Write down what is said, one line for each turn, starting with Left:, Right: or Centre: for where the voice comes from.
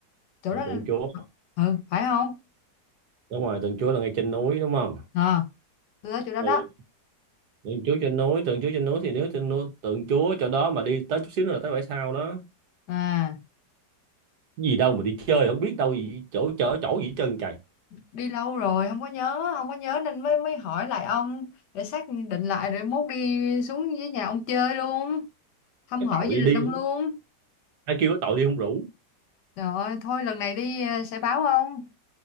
Left: chỗ
Right: Ờ,
Left: đó là-
Right: tượng Chúa
Left: ờ, ừ phải không
Right: đúng rồi tượng Chúa là ngay trên núi đúng không
Left: à tôi tới chỗ đó
Right: ừ
Left: đó
Right: tượng Chúa trên núi tượng Chúa trên núi thì nếu trên núi tượng Chúa chỗ đó mà đi tới chút xíu nữa là tới bãi sau đó
Left: à
Right: gì đâu mà đi chơi không biết đâu gì chỗ chỗ chỗ gì hết trơn trời
Left: đi lâu rồi không có nhớ không có nhớ nên mới mới hỏi lại ông để xác định lại rồi mốt đi xuống với nhà ông chơi luôn thăm
Right: cái
Left: hỏi
Right: tội
Left: gia đình
Right: đi
Left: ông luôn
Right: ai kêu cái tội đi không rủ
Left: Rồi thôi lần này đi ờ, sẽ báo không?